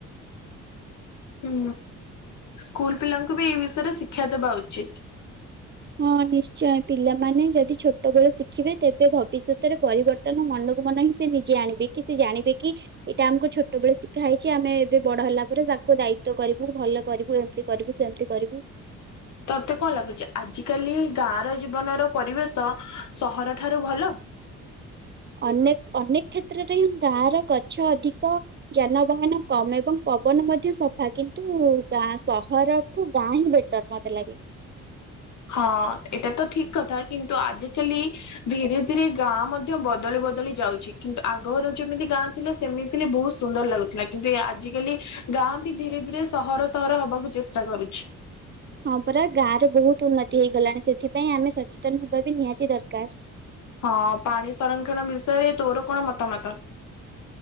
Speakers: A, on the left; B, on the right.
A: ହୁଁ, ସ୍କୁଲ୍ ପିଲାଙ୍କୁ ବି ଏଇ ବିଷୟରେ ଶିକ୍ଷା ଦବା ଉଚିତ୍।
B: ହଁ ନିଶ୍ଚଁୟ ପିଲାମାନେ ଯଦି ଛୋଟବେଳ ଶିଖିବେ ତେବେ ଭବିଷ୍ୟତରେ ପରିବର୍ତ୍ତ ର୍ତ୍ତନ ମନକୁ ମନ ହିଁ ସେ ନିଜେ ଆଣିବେ, କି ସେ ଜାଣିବେ କି ଏଇଟା ଆମକୁ ଛୋଟବେଳେ ଶିଖା ହେଇଛି ଆମେ ଏବେ ବଡ଼ ହେଲା ପରେ ତାକୁ ଦାୟିତ୍ବ କରିବୁ ଭଲ କରିବୁ ଏମିତି କରିବୁ ସେମିତି କରିବୁ।
A: ତତେ କଣ ଲାଗୁଚି ଆଜିକାଲି ଗାଁର ଜୀବନର ପରିବେଶ ସହର ଠାରୁ ଭଲ?
B: ଅନେକ ଅନେକ କ୍ଷେତ୍ରରେ ହିଁ ଗାଁର ଗଛ ଅଧିକ। ଯାନବାହାନ କମ୍ ଏବଂ ପବନ ମଧ୍ୟ ସଫା କିନ୍ତୁ ଗାଁ ସହର ଠୁ ଗାଁ ହିଁ ବେଟର୍ ମତେ ଲାଗେ।
A: ହଁ ଏଟା ତ ଠିକ୍ କଥା କିନ୍ତୁ ଆଜିକାଲି ଧୀରେ ଧୀରେ ଗାଁ ମଧ୍ୟ ବଦଳି ବଦଳି ଯାଉଛି କିନ୍ତୁ ଆଗହରୁ ଯେମିତି ଗାଁ ଥିଲା ସେମିତି ଥିଲେ ବହୁତ ସୁନ୍ଦର ଲାଗୁଥିଲା କିନ୍ତୁ ଏ ଆଜିକାଲି ଗାଁ ବି ଧୀରେ ଧୀରେ ସହର ସହର ହବାକୁ ଚେଷ୍ ଷ୍ଟା କରୁଛି।
B: ହଁ ପରା ଗାଁରେ ବହୁତ ଉନ୍ନତି ହେଇଗଲାଣି ସେଥିପାଇଁ ଆମେ ସଚେତନ ହେବାବି ନିହାତି ଦରକାର।
A: ହଁ ପାଣି ସଂରକ୍ଷଣ ବିଷୟରେ ତୋର କଣ ମତାମତ?